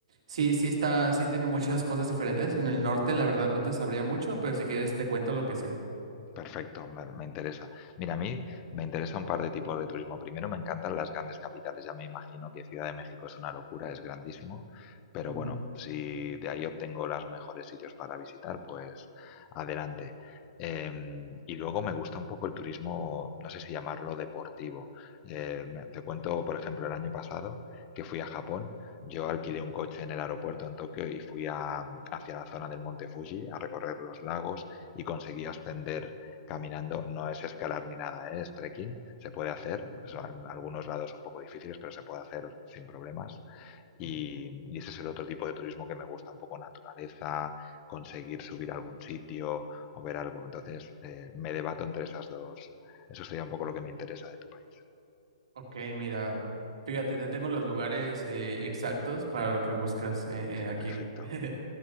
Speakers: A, on the right; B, on the left.
A: Sí, sí está, sí tiene muchas cosas diferentes. En el norte, la verdad, no te sabría mucho, pero si quieres te cuento lo que sé.
B: Perfecto, me, me interesa. Mira, a mí me interesa un par de tipos de turismo. Primero, me encantan las grandes capitales. Ya me imagino que Ciudad de México es una locura, es grandísimo. Pero
A: Ujú,
B: bueno, si de ahí obtengo los mejores sitios para visitar, pues adelante. Em, y luego me gusta un poco el turismo, no sé si llamarlo deportivo. Eh, me- te cuento, por ejemplo, el año pasado que fui a Japón. Yo alquilé un coche en el aeropuerto en Tokio y fui a- hacia la zona del Monte Fuji a recorrer los lagos y conseguí ascender caminando, no es escalar ni nada, ¿eh? es trekking, se puede hacer,
A: Ok,
B: son algunos lados un poco difíciles, pero se puede hacer sin problemas. Y,
A: ujú.
B: y ese es el otro tipo de turismo que me gusta, un poco naturaleza, conseguir subir a algún sitio o ver algo. Entonces, eh, me debato entre esas dos. Eso sería un poco lo que me interesa de tu país.
A: Ok, mira, fíjate, te tengo los lugares eh, exactos para lo que buscas eh, eh, aquí.
B: Perfecto,
A: <laughs>